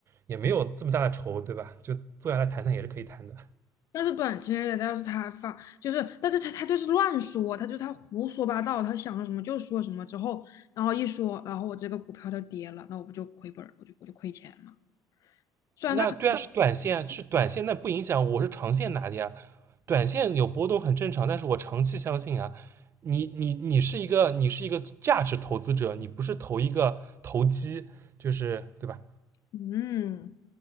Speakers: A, on the right; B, on the left.
A: 也没有这么大的仇，对吧？就坐下来谈谈也是可以谈的。
B: 但是短期内的要是他发，就是，但是他他就是乱说，他就他胡说八道，他想说什么就说什么，之后然后一说，然后我这个股票就跌了，那我不就亏本儿我就我就亏钱了。虽然他可，
A: 那对啊，是短线啊，是短线，那不影响我是长线拿的呀。短线有波动很正常，但是我长期相信啊，你你你是一个你是一个价值投资者，你不是投一个投机，就是对吧？
B: 嗯，